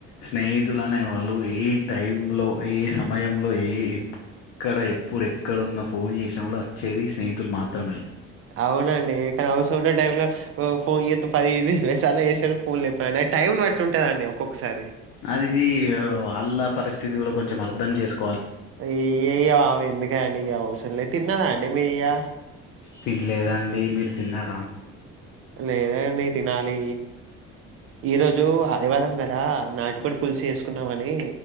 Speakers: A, on the left; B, on the right.
A: స్నేహితులు అనేవాళ్ళు ఏ టైం లో ఏ సమయంలో ఏ ఇక్కడ ఎప్పుడు ఎక్కడు ఉన్నా ఫోన్ చేసనా కూడా వచ్చేది స్నేహితులు మాత్రమే
B: అవునండి కానీ అవసరం అయిన టైం లో ఫోన్ చేత్తె ఓ పది ఇరవై సార్లు చేసిన ఫోన్లు ఎత్తారండి టైం అట్లాంటాదండి ఒక్కొక్కసారి
A: అయ్యయ్యో వాళ్ళ పరిస్థితి కూడా కొంచెం అర్థం చేసుకో
B: ఎయ యా ఎందుకండి ఇంగా అవసరం తిన్నవా అండి మీరు ఇగ
A: తినలేదాండి మీరు తిన్నారా
B: లేదండి తినాలి ఈరోజు ఆదివారం కదా నాటికోడు పులుసు చేసుకుందామని